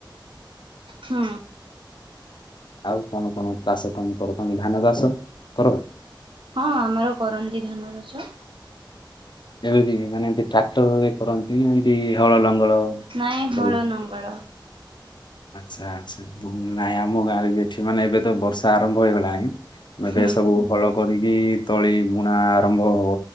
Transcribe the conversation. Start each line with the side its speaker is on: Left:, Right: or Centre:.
Right: ହୁଁ।
Left: ଆଉ କଣ କଣ ଚାଷ ପାଇଁ କରୁଛନ୍ତି ଧାନ ଚାଷ କର?
Right: ହଁ ଆମର କରନ୍ତି ଧାନ ଚାଷ।
Left: ଏବେ ବି ମାନେ ଯେ ଟ୍ରାକ୍ଟରରେ କରନ୍ତି ଏମତି ହଳ ଲ ହଳ
Right: ନାଇଁ ହଳ
Left: ଦେଇ
Right: ନଙ୍ଗଳ
Left: ଆଚ୍ଛା ଆଚ୍ଛା ନାଇଁ ଆମ ଗାଁରେ ବି ଏଠି ମାନେ ଏବେ ତ ବର୍ଷା ଆରମ୍ଭ ହେଇଗଲାଣି ଏବେ
Right: ହୁଁ
Left: ସବୁ ହଳ କରିକି ତଳି ବୁଣା ଆରମ୍ଭ ହବ